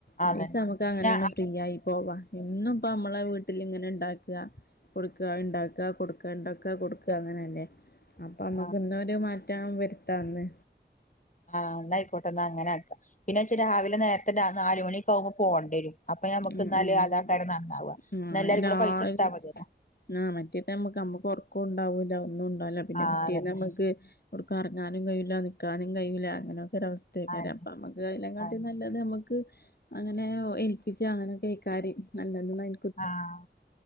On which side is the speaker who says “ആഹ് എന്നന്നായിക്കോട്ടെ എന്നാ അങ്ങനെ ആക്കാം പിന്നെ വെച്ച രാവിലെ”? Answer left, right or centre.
Left